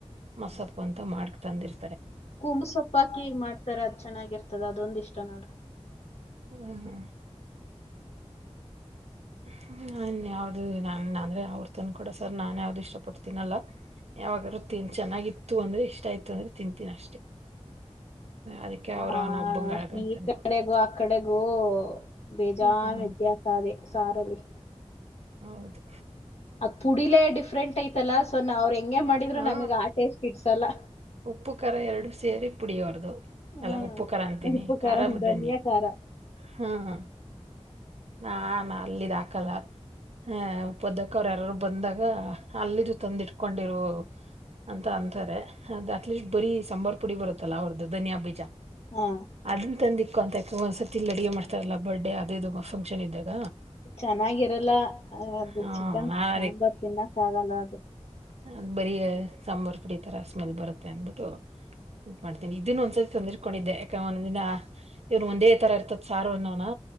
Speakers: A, on the right; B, on the left.
A: ಮಸತ್ ಅಂತ ಮಾಡ್ಕ್. ತಂದಿರ್
B: ಕುೂಂಬ್ ಸೊಪ್ಪಾಕಿ ಮಾಡ್ತಾರೆ ಅದ ಚೆನ್ನಾಗಿರ್ತದ ಅದೊಂದ ಇಷ್ಟ ನೋಡು.
A: ಹ್ಮ ಹ್ಮ್ ಹ ನನ್ ಯಾವ್ದು ನಾ ನಂಗ ಅವ್ರು ತಂದ್ ಕೂಡೊ ಸರ್ ನಾನ್ ಯಾವ್ದು ಇಷ್ಟ ಪಡ್ತೀನಲ್ಲಾ ಯಾವಾಗಾದೂ ತಿನ್ ಚೆನ್ನಾಗಿತ್ತು ಅಂದ್ರೆ ಇಷ್ಟ ಆಯ್ತು ಅಂದ್ರೆ ತಿಂತೀನಿ ಅಷ್ಟೇ. ಅದಕ್ಕೆ
B: ಹ
A: ಅವ್ರ ಅವನ ಒಬ್ಬಂಗ ಆಳ್ಕೊಂಡ್
B: ಈ
A: ತಂದ್
B: ಕಡೆಗೂ
A: ಕೊಟ್ಟಿರ್ತ
B: ಆ ಕಡೆಗೂ ಬೇಜಾನ್
A: ಹ್ಮ್ ಹ್ಮ್
B: ವ್ಯತ್ಯಾಸ ಅದೆ. ಸಾರಲಿ.
A: ಹೌದು
B: ಅ ಪುಡಿಲೆ ಡಿಫ್ರಂಟ್ ಐತಲ್ಲ ಸೊ ನ ಅವ್ರ ಹೆಂಗ್. ಹಂಗೆ ಮಾಡಿದ್ರು
A: ಹಾ
B: ನಮಗ್ ಆ ಟೇಸ್ಟ್ ಇಡ್ಸಲ್ಲ.
A: ಉಪ್ಪು ಕಾರ ಎರಡು ಸೇರಿ ಪುಡಿಯೋರ್ದು
B: ಹ್ಮ್
A: ಇಲ್ಲ ಉಪ್ಪು ಕರ ಅಂತೀನಿ
B: ಉಪ್ಪು
A: ಖಾರ ಬುಧನ್ಯ
B: ಧನಿಯಾ ಖಾರ
A: ಹ್ಮ ಹ. ನ ನಾ ಅಲ್ಲಿದಾಕಲ್ಲ ಹ ಪದಕ್ಕವರು ಯಾರಾರು ಬಂದಾಗ ಅಲ್ಲಿದು ತಂದಿಟ್ಕೊಂಡಿರು ಅಂತ ಅಂತಾರೆ ಅದು ಅಟ್ಲೀಸ್ಟ್ ಬರೀ ಸಾಂಬಾರ್ ಪುಡಿ ಬರುತ್ತಲ್ಲ ಅವ್ರದು ಧನಿಯಾ ಬೀಜ.
B: ಹಾ
A: ಅದನ್ನ ತಂದಿಕ್ ಕೊಂತ ಒಂದ್ಸತಿ ಇಲ್ಲಿ ಅಡುಗೆ ಮಾಡ್ತಾರಲ್ಲ ಬರ್ತಡೆ ಅದು ಇದು ಫಂಕ್ಷನ್ ಇದ್ದಾಗ.
B: ಚೆನ್ನಾಗಿರಲ್ಲ ಅದು
A: ಹಾ
B: ಚಿಕನ್
A: ನಾನ್
B: ಸಾಂಬಾರ್ ತಿನ್ನಕ್ಕಾಗಲ್ಲ ಅದು.
A: ಅ ಬರೀ ಸಾಂಬಾರ್ ಪುಡಿ ತರ ಸ್ಮೆಲ್ ಬರುತ್ತೆ ಅಂದ್ಬಿಟ್ಟು ಇದ್ಮಾಡ್ತೀನಿ ಇದನ್ನು ಒಂದ್ಸತಿ ತೊಂದಿರ್ಕೊಂಡಿದ್ದೆ ಯಾಕ ಒಂದೊಂದಿನ ಇವ್ರು ಒಂದೇ ತರ ಇರ್ತತಿ. ಸಾರು ಅನ್ನೊವನಾ